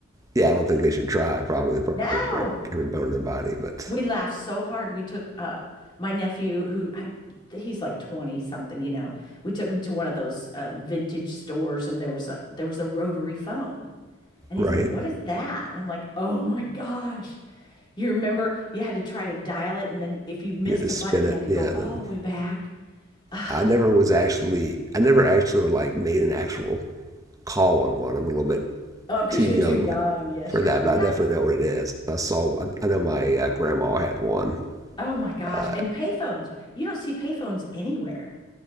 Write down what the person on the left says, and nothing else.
No,
We laughed so hard. We took uh my nephew who I he's like 20 something, you know. We took him to one of those uh, vintage stores and there was a there was a rotary phone. And he's
like, "What is that?" And I'm like, "Oh my gosh. You remember you had to try to dial it and then if you missed
a button,
you
had to
go
all
the way back." Oh,
oh, because
'cause
you're too young. Yes,
you're
too
young.
Oh my gosh.
And payphones. You don't see payphones anywhere.